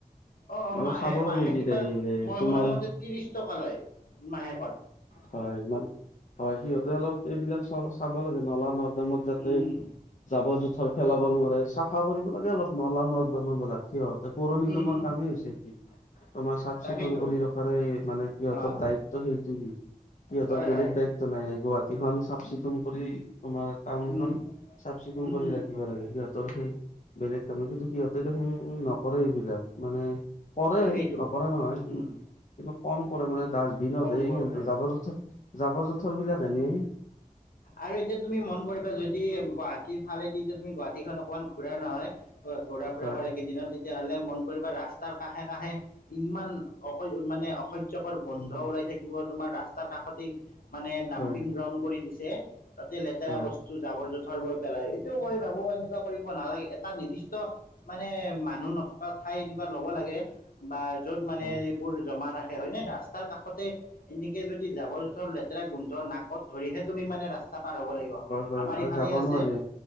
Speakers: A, on the left; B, on the left.
A: অ'
B: অলপ
A: মাহে-মাহে
B: চাব লাগে যি
A: কিবা
B: দিলে
A: মই
B: তোমাৰ
A: শুনা মতে ত্ৰিশ টকা লয় মাহেকত।
B: হয়, মানে হয় সিহঁতে অলপ এইবিলাক চ চাব লাগে নলা ন ত যাতে
A: উম,
B: জাবৰ জোথৰ পেলাব নোৱাৰে চাফা কৰিব লাগে অলপ নলা নিলাক কি হয়। পৌৰ নিগমৰ
A: উম, উম,
B: কামেই হৈছে সি তোমাৰ চাফ
A: তাকেইতো
B: চিকুণ কৰি ৰখাৰে মানে সিহঁতৰ
A: অঁ
B: দায়িত্ব সেইটো সিহঁতৰ
A: হয়
B: বেলেগ
A: হয়
B: দায়িত্ব নাই গুৱাহাটীখন চাফ চিকুণ কৰি। তোমাৰ টাউন
A: উম,
B: খন চাফ চিকুণ
A: উম,
B: কৰি
A: উম,
B: ৰাখিব লাগে সিহঁতৰ সেই বেলেগ কামে কিন্তু সিহঁতে দেখোন নকৰে এইবিলাক মানে কৰে
A: তাকেইতো
B: নকৰে নহয়
A: উম।
B: কিন্তু কম কৰে মানে ডাষ্টবিনত
A: কম গ'ল হয়
B: জাবৰ জোঁথৰ - জাবৰ জোঁথৰ বিলাক এনে
A: আৰু এতিয়া তুমি মন কৰিবা যদি গুৱাহাটীৰ ফালেদি এতিয়া তুমি গুৱাহাটী খন অকমান ঘুৰা নহয় ঘূৰা ফুৰা
B: হয়
A: কৰেকেইদিনত তেতিয়াহলে মন কৰিব ৰাস্তাৰ কাষ কাষে কাষে ইমান অস মানে অসহ্যকৰ গোন্ধ ওলাই থাকিব তোমাৰ ৰাস্তাৰ কাষতেই মানে ডাম্পিং
B: হয়
A: গ্ৰাউড কৰি দিছে তাতে লেতেৰা
B: হয়
A: বস্তু জাৱৰ জোথৰ বৈ পেলাই। ক ভাবো এনেকুৱা কৰিব নালাগে এটা নিৰ্দিষ্ট মানে মানুহ নথকা ঠাই এনেকুৱা লব লাগে। বা য'ত মানে
B: হয়
A: এইবোৰ
B: হয়
A: জমা ৰাখে হয় ন ৰাস্তাৰ কাষতে এনেকে যদি জাবৰ জোথৰ লেতেৰা গোন্ধৰ নাকত ধৰিহে তুমি মানে ৰাস্তা পাৰ হব লাগিব
B: হয়
A: আমাৰ
B: আৰু
A: ইফালে
B: যাব
A: আছে।
B: নোৱাৰি